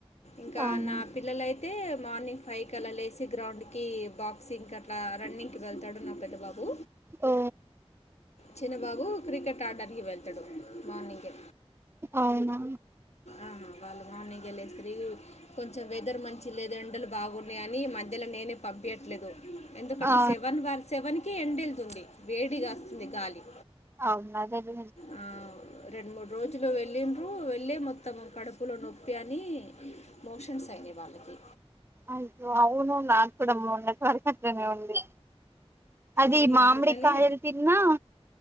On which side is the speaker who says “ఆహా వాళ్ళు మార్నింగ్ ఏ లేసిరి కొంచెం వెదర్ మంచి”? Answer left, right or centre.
Left